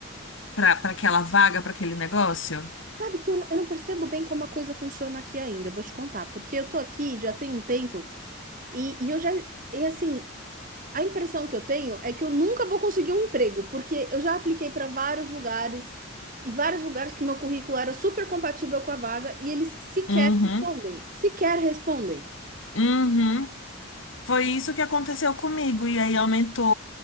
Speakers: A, on the left; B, on the right.
A: para para aquela vaga, para aquele negócio?
B: sabe que eu, não- eu não percebo bem como a coisa funciona aqui ainda, vou te contar, porque eu tô aqui já tem um tempo e, e eu já, e assim. A impressão que eu tenho é que eu nunca vou conseguir um emprego, porque eu já apliquei para vários lugares e vários lugares que meu currículo era super compatível com a vaga e eles sequer
A: Uhum,
B: respondem, sequer respondem.
A: uhum. Foi isso que aconteceu comigo. E aí aumentou